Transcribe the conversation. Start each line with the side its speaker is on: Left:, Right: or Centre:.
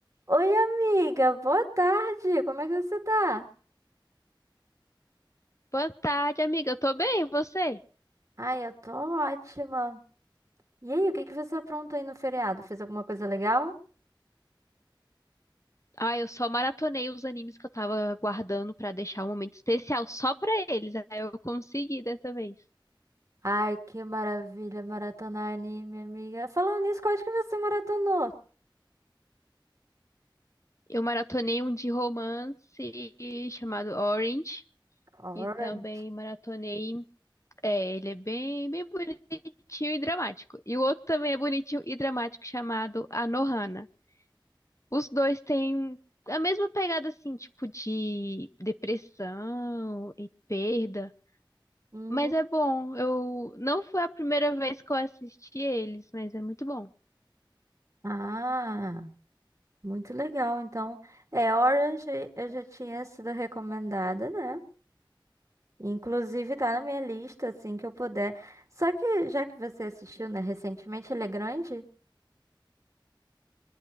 Right: Oi, amiga, boa tarde. Como é que você tá?
Left: Boa tarde, amiga. Eu tô bem, e você?
Right: Ai, eu tô ótima. E aí, o que que você aprontou aí no feriado? Fez alguma coisa legal?
Left: Ah, eu só maratonei os animes que eu tava guardando pra deixar um momento especial só pra eles. Aí eu consegui dessa vez.
Right: Ai, que maravilha, maratonar anime, amiga. Falando nisso, qual é que você maratonou?
Left: Eu maratonei um de romance chamado Orange
Right: Orange.
Left: e também maratonei. É, ele é bem, bem bonitinho e dramático. E o outro também é bonitinho e dramático chamado Anohana. Os dois têm a mesma pegada assim, tipo de depressão e perda.
Right: Hum,
Left: Mas é bom. Eu não foi a primeira vez que eu assisti eles, mas é muito bom.
Right: Ah, muito legal. Então, é, Orange eu já tinha sido recomendada, né? Inclusive tá na minha lista, assim que eu puder. Só que já que você assistiu, né, recentemente, ele é grande.